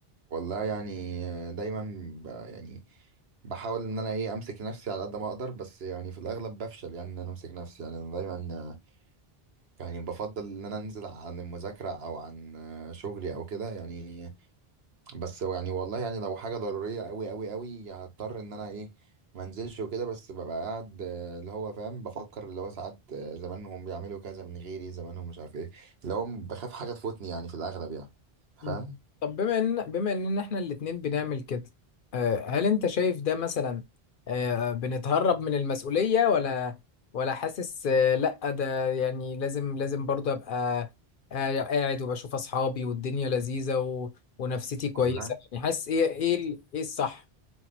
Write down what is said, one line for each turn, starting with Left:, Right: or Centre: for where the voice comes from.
Right: والله يعني دايما ب... يعني بحاول ان انا ايه امسك نفسي على قد ما اقدر بس يعني في الاغلب بفشل يعني ان انا امسك نفسي يعني انا دايما يعني بفضل ان انا انزل عن المذاكره او عن شغلي او كده يعني بس يعني والله يعني لو حاجه ضروريه قوي قوي قوي هضطر ان انا ايه ما انزلش وكده بس ببقى قاعد آه، اللي هو فاهم بفكر اللي هو ساعات آه، زمانهم بيعملوا كذا من غيري زمانهم مش عارف ايه اللي هو بخاف حاجه تفوتني يعني في الاغلب يعني فاهم
Left: مم. طب بما ان بما ان احنا الاتنين بنعمل كده آه، هل انت شايف ده مثلا آه، بنتهرب من المسؤولية ولا ولا حاسس آه، لا ده يعني لازم لازم برضه ابقى قاع- قاعد وبشوف اصحابي والدنيا لذيذة و... ونفسيتي كويسة
Right: والله
Left: يعني حاسس ايه ايه ال- ايه الصح